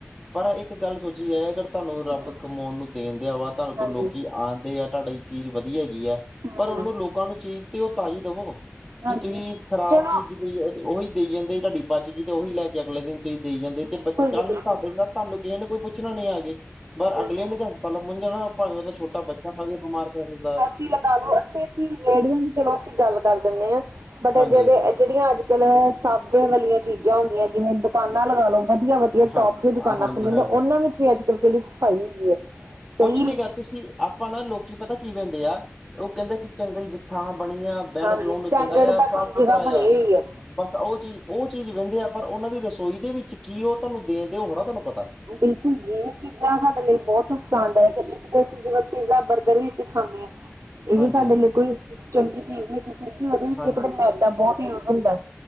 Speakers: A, in the centre; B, on the right.
A: ਪਰ ਇੱਕ ਗੱਲ ਸੋਚੀ ਜਾਏ, ਅਗਰ ਤੁਹਾਨੂੰ ਰੱਬ
B: ਹੂੰ,
A: ਕਮਾਉਣ ਨੂੰ ਦੇਣ ਦਿਆਂ ਵਾ, ਤੁਹਾਨੂੰ ਕੋ
B: ਹਾਂਜੀ।
A: ਲੋਕੀ ਆਣ ਡੇ ਆ ਤੁਹਾਡੀ ਚੀਜ਼ ਵਧੀਆ ਹੈਗੀ ਐ,
B: ਹਮ
A: ਪਰ ਉਹਨੂੰ ਲੋਕਾਂ ਨੂੰ ਚੀਜ਼ ਤੇ ਓ ਤਾਜ਼ੀ ਦੇਵੋ।
B: ਹਾਂਜੀ
A: ਕਿ ਤੁਸੀਂ ਖ਼ਰਾਬ
B: ਚਲੋ
A: ਚੀਜ਼ ਦੇਈਂ ਜਾਓ। ਉਹੀ ਦੇਈ ਜਾਂਦੇ, ਤੁਹਾਡੀ ਬੱਚਗੀ ਤੇ ਉਹੀ ਲੈ ਕੇ ਅਗਲੇ ਦਿਨ ਤੁਸੀਂ ਦੇਈ ਜਾਂਦੇ, ਤੇ
B: ਬਿਲਕੁਲ
A: ਬੱਚ ਕੱਲ
B: ਜੀ ਬਿਲਕੁਲ
A: ਨੂੰ ਫ਼ਿਰ ਤੁਹਾਨੂੰ ਕਿਹ ਨੇ ਕੋਈ ਪੁੱਛਣਾ ਨੀ ਆ ਕੇ।
B: ਹਮ
A: ਪਰ ਅਗਲੇ
B: ਹਮ।
A: ਨੇ ਤਾਂ ਹਸਪਤਾਲ ਪੋਚ ਜਾਣਾਂ, ਭਾਵੇਂ ਉਹਦਾ ਛੋਟਾ ਬੱਚਾ ਖਾ ਕੇ ਬਿਮਾਰ ਪੈ ਸਕਦਾ ਐ।
B: ਤੁਸੀਂ ਲਗਾ ਲੋ ਅਸੀਂ-ਅਸੀਂ ਰੇਹੜੀਆਂ ਦੀ ਚਲੋ ਅਸੀਂ ਗੱਲ ਕਰ ਦਿੰਨੇ ਆ, ਬਟ ਐ
A: ਹਾਂਜੀ
B: ਜਿੜੇ ਜਿਹੜੀਆਂ ਅੱਜ ਕੱਲ ਸਬ ਵੇ ਵਾਲੀਆਂ ਚੀਜ਼ਾਂ ਹੋਗੀਆਂ, ਜਿਵੇਂ ਦੁਕਾਨਾਂ ਲਗਾਂ ਲੋ ਵਧੀਆ- ਵਧੀ ਜੇ
A: ਹਾਂ
B: ਟੋਪ ਦੀਆਂ ਦੁਕਾਨਾਂ
A: ਹਾਂਜੀ
B: ਖੁੱਲੀਆਂ।
A: ਹਾਂਜੀ
B: ਉਹਨਾਂ ਵਿੱਚ ਵੀ ਅੱਜ ਕੱਲ ਕਿਹੜੀ ਸਫਾਈ ਹੈਗੀ ਹੈ।
A: ਕੁੱਛ
B: ਕਈ
A: ਨੀ ਕਿਆ ਤੁਸੀਂ ਆਪਾਂ ਨਾ ਲੋਕੀ ਪਤਾ ਕੀ ਵਹਿੰਦੇ ਆ, ਉਹ ਕਹਿੰਦੇ ਕਿ ਚੰਗੀ ਜੀ ਥਾਂ ਬਣੀ ਆ ਬੈਹਿਣ
B: ਹਾਂਜੀ
A: ਖਲੋਣ
B: ਸਟੈਂਡਰਡ
A: ਨੂੰ ਚੰਗ਼ਾ ਜਾ,
B: ਦਾ
A: ਸਾਫ਼
B: ਕੋਈ
A: ਸੁਥਰਾ
B: ਜਗ੍ਹਾ
A: ਜਾ।
B: ਬਣੀ ਹੋਈ ਹੈ
A: ਬਸ ਉਹ ਚੀਜ਼, ਉਹ ਚੀਜ਼ ਵਹਿੰਦੇ ਆ। ਪਰ ਉਹਨਾਂ ਦੀ ਰਸੋਈ ਦੇ ਵਿੱਚ ਕੀ ਏ ਉਹ ਤੁਹਾਨੂੰ ਦੇਣ ਦੇ ਓ ਥੋੜਾਂ ਤੁਹਾਨੂੰ ਪਤਾਂ।
B: ਬਿਲਕੁਲ ਜੀਏ ਜੀ ਚੀਜ਼ਾਂ ਸਾਡੇ ਲਈ ਬਹੁਤ ਨੁਕਸਾਨਦਾਇਕ ਹੀ, ਤੇ ਅਸੀਂ ਜਿਵੇਂ ਪੀਜ਼ਾ ਬਰਗਰ ਵੀ ਅਸੀਂ ਖਾਦੇ ਆ। ਇਹ ਵੀ
A: ਹਾਂਜੀ
B: ਸਾਡੇ ਲਈ ਕੋਈ ਚੰਗੀ ਚੀਜ਼ ਨੀ ਗੀ, ਕਿਉਂਕਿ ਉਹਦੇ ਵਿੱਚ
A: ਹਾਂ
B: ਇੱਕ ਤਾ ਮੈਦਾ ਬਹੁਤ ਯੂਜ ਹੁੰਦਾ।